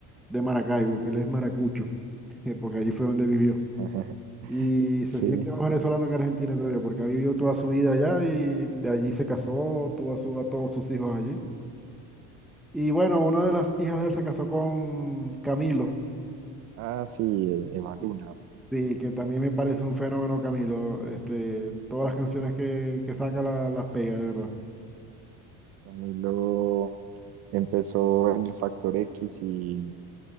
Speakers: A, in the centre; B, on the right.
A: de Maracaibo, que él es maracucho, <laughs> porque allí fue donde vivió.
B: <laughs>
A: Y
B: Sí.
A: se siente más venezolano que argentino, creo yo, porque ha vivido toda su vida allá y de allí se casó, tuvo a, su- a todos sus hijos allí. Y bueno, una de las hijas de él se casó con Camilo.
B: Ah, sí, eh, Eva Luna.
A: que, Sí, que también me parece un fenómeno, Camilo. Este, todas las canciones que, que saca la- las pega, de verdad.
B: Camilo empezó en el Factor X y